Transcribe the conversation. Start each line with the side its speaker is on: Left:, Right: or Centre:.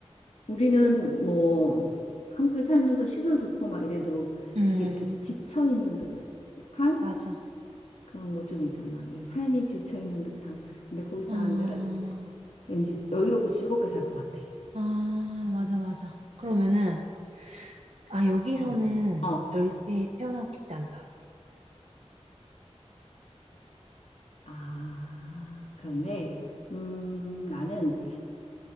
Left: 우리는 뭐 한국에 살면서 시설 좋고 막 이래도
Right: 응.
Left: 되게 이렇게 지쳐 있는 듯한
Right: 맞아.
Left: 그런 거 좀 있잖아. 왜 삶이 지쳐 있는 듯한. 근데 거기 사람들은
Right: 아,
Left: 왠지 여유롭고 즐겁게 살 것 같아.
Right: 아, 맞아, 맞아. 그러면은, 아, 여기서는
Left: 어, 어.
Right: 열대에 태어나고 싶지 않다.
Left: 아, 그런데, 음, 나는